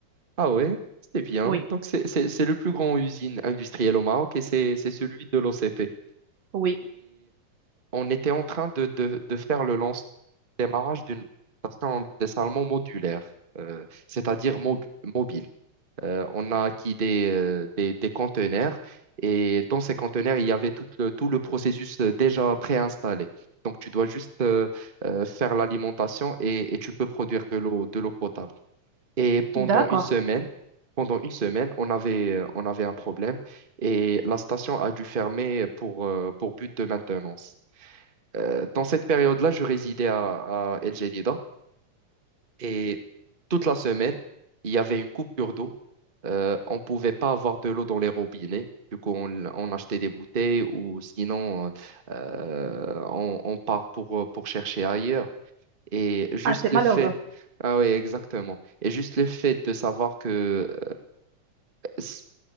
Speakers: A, on the right (about 20°); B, on the right (about 55°).
A: Ah ouais, c'est bien.
B: Oui,
A: Donc, c'est c'est- c'est le plus grand usine industrielle au Maroc et c'est c'est celui de l'OCP.
B: oui.
A: on était en train de, de, de faire le lance démarrage d'une station dessalement modulaire, euh, c'est-à-dire mob- mobile. Euh, on a acquis des, euh, des, des conteneurs et dans ces conteneurs, il y avait tout le, tout le processus euh, déjà préinstallé. Donc, tu dois juste euh, euh, faire l'alimentation et, et tu peux produire de l'eau, de l'eau potable. Et pendant
B: D'accord.
A: une semaine, pendant une semaine, on avait, euh, on avait un problème et la station a dû fermer pour, euh, pour but de maintenance. Euh, dans cette période-là, je résidais à, à El Jadida et toute la semaine, il y avait une coupure d'eau. Euh, on ne pouvait pas avoir de l'eau dans les robinets. Du coup, on, on achetait des bouteilles ou sinon, euh, euh, on, on part pour, pour chercher ailleurs. Et juste
B: Ah, c'est
A: le
B: malheureux.
A: fait, ah oui, exactement. Et juste le fait de savoir que euh, s-